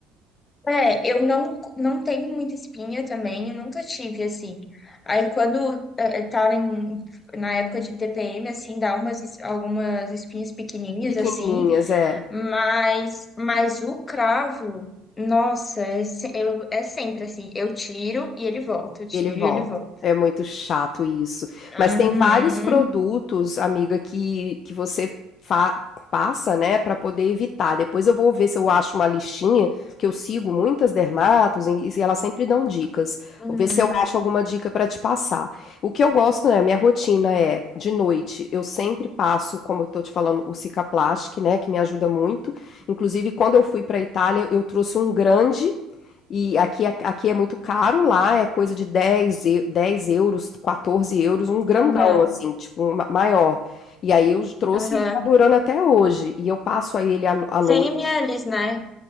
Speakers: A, on the left; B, on the left.
A: É, eu não, não tenho muita espinha também, eu nunca tive, assim. Aí quando eh, eu tava em, na época de TPM, assim, dá umas, es- algumas espinhas pequenininhas,
B: Pequenininhas,
A: assim,
B: é.
A: mas, mas o cravo, nossa, é, se- eu, é sempre assim, eu tiro e ele volta, eu tiro
B: Ele
A: e
B: volta.
A: ele volta.
B: É muito chato isso.
A: Uhum,
B: Mas tem vários produtos, amiga, que, que você fa- passa, né, pra poder evitar. Depois eu vou ver se eu acho uma listinha, porque eu sigo muitas dermatos e, e elas sempre dão dicas.
A: uhum,
B: Vou ver se eu acho alguma dica pra te passar. O que eu gosto, né, minha rotina é de noite, eu sempre passo, como eu tô te falando, o Cicaplastic, né, que me ajuda muito. Inclusive, quando eu fui pra Itália, eu trouxe um grande E aqui, é- aqui é muito caro, lá é coisa de dez eu- 10 euros, 14 euros, um grandão,
A: aham,
B: assim, tipo, um ma- maior. E aí eu trouxe
A: aham.
B: e ele tá durando até hoje. E eu passo aí ele à no- à noite.
A: 100 ml, né?